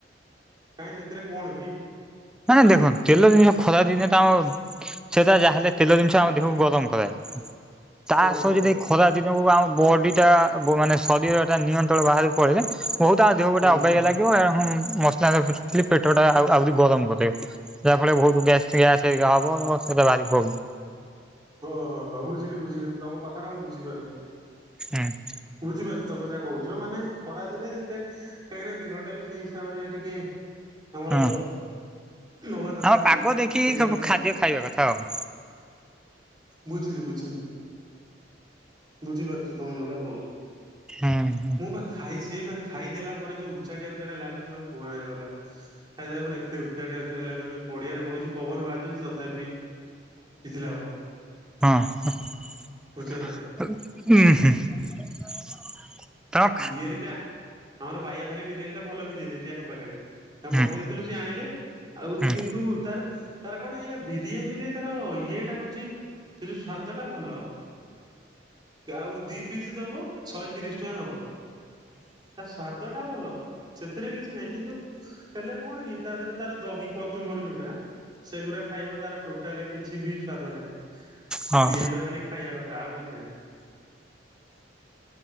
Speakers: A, on the right (about 25°); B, in the centre.
A: କାଇଁ ସେଥିରେ କଣ କି?
B: ମାନେ ଦେଖନ୍ତୁ ତେଲ ଜିନିଷ ଖରା ଦିନେ ତ ଆମ ସେଟା ଯାହାହେଲେ ତେଲ ଜିନିଷ ଆମ ଦେହକୁ ଗରମ କରାଏ। ତା
A: ଓହୋ
B: ସହିତ
A: ହୋ
B: ଯଦି ଖରା ଦିନକୁ ଆମ ବଡ଼ି ଟା ଗ ମାନେ ଶରୀରଟା ନିୟନ୍ତ୍ରଣ ବାହାରକୁ ପଳେଇଲେ ବହୁତ ଆମ ଦେହକୁ ଗୋଟେ
A: ହୁଁ
B: ଅବାଗିଆ
A: ହୁଁ
B: ଲାଗିବ ଆଉ ମସଲା ମସଲି ପେଟଟା ଆଉ ଆହୁରି ଗରମ କରିବ। ଯାହା ଫଳରେ ବହୁତ ଗ୍ୟାସ୍ ହେରିକା ହବ ସେଇଟା ଭାରି ପ୍ରୋବ୍ଲେମ୍।
A: ଓହୋଃ ହୋ ବୁଝିଲି ବୁଝିଲି ତମ କଥାଟା ମୁଁ ବୁଝି ପାରୁଛି।
B: ହୁଁ।
A: ବୁଝି ପାରୁଛି ତମେ ଯାହା କହୁଛ ମାନେ ଖରାଦିନେ ଯେତେ କାହିଁକିନା ଦେହଟା ବି ସେଇ ହିସାବରେ ଟିକେ ଆମର
B: ହଁ
A: ନବା ଦରକାର
B: ଆମେ
A: ନା
B: ପାଗ ଦେଖିକି
A: ସେଇ କଥା
B: ସବୁ
A: ତ
B: ଖାଦ୍ୟ ଖାଇବା କଥା ଆଉ।
A: ବୁଝିଲି ବୁଝିଲି। ବୁଝି ପାରୁଛି ତମେ ଯୋଉଟା କହୁଛ।
B: ଉଁହୁଁ।
A: ମୁଁ ବା ଖାଇ ସେଇ ବା ଖାଇଦେଲା ପରେ ଯୋଉ ଉଚାଟିଆ ଉଚାଟିଆ ଲାଗୁଛି ତମେ କୁହନା ସେକଥା। ଖାଇସାରିବା ଏତେ ଉଚାଟିଆ ଉଚାଟିଆ ଲାଗୁଛି ମୁଁ ଏଇ ପଡ଼ିଆରେ ବସିଛି ପବନ ବାଜୁଛି ତଥାପି ବି କିଛି ଲାଭ ନାହିଁ।
B: ହଁ।
A: ବୁଝୁଛ ନା
B: ଉୁହୁ
A: ନାଇଁ
B: ତମ
A: କିଏରେ ଏଇଟା? ଆମର ବାଇଆ ଭାଇ ବିରିୟାନୀ ଟା ଭଲ ବିରିୟାନୀ ଏଠି ଆଖ ପାଖରେ। ତାଙ୍କୁ
B: ହୁଁ
A: ପଠେଇ ଦେଇଥିଲୁ ସେ ଆଣିଲେ ଆଉ
B: ହୁଁ
A: କିନ୍ତୁ ତାର ତାର କଣ ଏଇଆ ବିରିୟାନୀ ରେ ତାର ଇଏ ଟା ହଉଛି ସେ ଯୋଉ ସ୍ଵାଦ ଟା ଭଲ ଆଉ ଦି ପିସ୍ ଦବ ଶହେ ତିରିଶ ଟଙ୍କା ନବ। ତା ସ୍ଵାଦ ଟା ଭଲ ସେଥିରେ କିଛି ନାହିଁ କିନ୍ତୁ ହେଲେ କଣ କି ତା ଦେହରେ ତାର ଦହି କଚୁମ୍ବର ଯୋଉଟା ସେଗୁଡ଼ାକ ଖାଇବ ତାର ଟୋଟାଲ କିଛି ବି ସ୍ଵାଦ ନାହିଁ
B: ହଉ
A: ପିଆଜ ଖାଲି ଖାଇବା କଥା ଆଉ କିଛି ନାହିଁ।